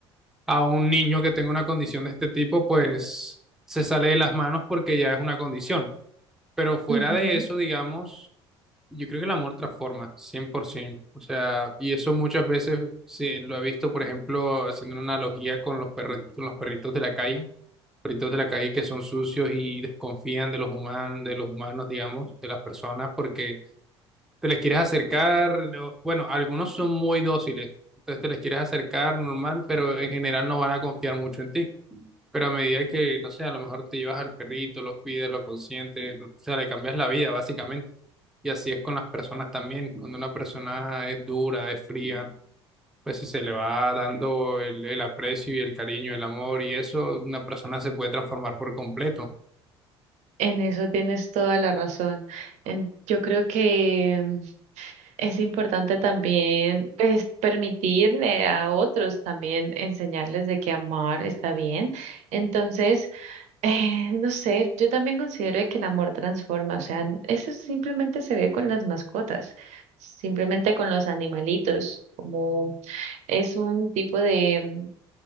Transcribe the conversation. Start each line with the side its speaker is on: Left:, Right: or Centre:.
Centre: a un niño que tenga una condición de este tipo, pues se sale de las manos porque ya es una condición. Pero fuera
Right: Ujú,
Centre: de eso, digamos, yo creo que el amor transforma, 100%. O sea, y eso muchas veces sí, lo he visto, por ejemplo, haciendo una analogía con los perri- con los perritos de la calle perritos de la calle que son sucios y desconfían de los humanos, de los humanos, digamos, de las personas, porque te les quieres acercar, no- bueno, algunos son muy dóciles, entonces te les quieres acercar normal, pero en general no van a confiar mucho en ti. Pero a medida que, no sé, a lo mejor te llevas al perrito, lo cuidas, lo consientes, o sea, le cambias la vida, básicamente. Y así es con las personas también. Cuando una persona es dura, es fría, pues si se le va dando el, el aprecio y el cariño, el amor y eso, una persona se puede transformar por completo.
Right: En eso tienes toda la razón. En- yo creo que mm, es importante también pues, permitirle a otros también enseñarles de que amar está bien. Entonces, <laughs> eh, no sé, yo también considero de que el amor transforma. O sea, eso simplemente se ve con las mascotas, simplemente con los animalitos, como es un tipo de